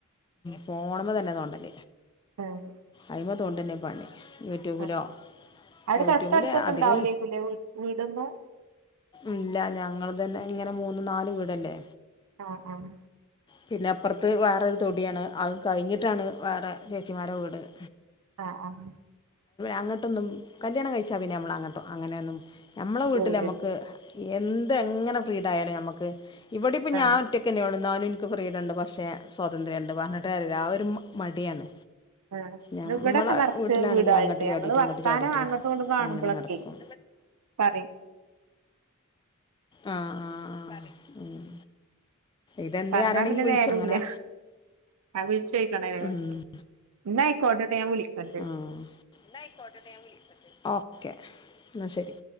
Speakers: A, on the left; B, on the right.
A: ഫോണുമാങ്ങനെ തോണ്ടൽ
B: ആഹ്
A: അയ്മ്മേ തൊണ്ടന്നെ പോണമ തന്നെ തോണ്ടല്ലേ അയി്മ തോണ്ടന്നെ ഭണി <unintelligible> യൂട്യൂബിലോ
B: ആഹ് അവിടെ
A: യൂട്യൂബിൽ
B: തൊട്ടടുത്തൊന്നും
A: അധികം
B: ഉണ്ടാവൂലേക്കൂല്ലേ വീ വീടൊന്നും
A: ഇല്ല ഞങ്ങൾ- തന്നെ ഇങ്ങനെ മൂന്ന് നാല് വീടല്ലേ
B: ആഹ് ആഹ്
A: പിന്നെ അപ്പുറത്ത് വേറൊരു തൊടിയാണ്, അതും കഴിഞ്ഞിട്ടാണ് വേറെ ചേച്ചിമാരെ വീട്-
B: ആഹ് ആഹ്
A: അങ്ങട്ടൊന്നും കല്യാണം കഴിച്ചാ പിന്നെ നമ്മള അങ്ങോട്ടും അങ്ങനെന്നും- നമ്മളെ വീട്ടിൽ
B: പോവൂലേ
A: നമുക്ക് എന്ത്- ഇതെങ്ങനെ ഫ്രീഡായാലും ഞമ്മക്ക് ഇവടിപ്പം
B: ആഹ്
A: ഞാനൊറ്റക്കന്നെ ഉള്ളു ന്നാലുന്ക് ക്ക് ഫ്രീഡണ്ട് പക്ഷെ സ്വതന്ത്ര്യണ്ട് പറഞ്ഞിട്ട് കാര്യല്ല ആ ഒരുമ് മടിയാണ്
B: ആ ഇന്നിവിടൊക്കെ
A: നമ്മളെ
B: നിറച്ച
A: വീട്ടിലാണെങ്കിൽ
B: വീടെളുണ്ട്
A: അങ്ങോട്ട്
B: ഞങ്ങള്
A: ചാടിയിട്ടും
B: വർത്താനോ
A: ഇങ്ങോട്ട് ചാടിയിട്ടും
B: അങ്ങട്ടോങ്ങട്ടോ കാണുമ്പോളൊക്കെ
A: അങ്ങനെ നടക്കും
B: പറയും
A: ആആആ ഉം ഇതെന്തേ
B: പറന്ന
A: അറിയണമെങ്കിൽ
B: പിന്നെ നേരോല്ല
A: വിളിച്ചു അങ്ങനെ
B: അഹ് വിളിച്ചോയ്ക്കണല്ലോ
A: ഉം.
B: ഇന്ന ആയിക്കോട്ടെട്ടോ ഞാൻ വിളിക്കണ്ട്
A: ആ ഇന്നാ ആയിക്കോട്ടെ ട്ടോ ഞാൻ വിളിക്കണ്ട് ക്കേ ന്നാ ശരി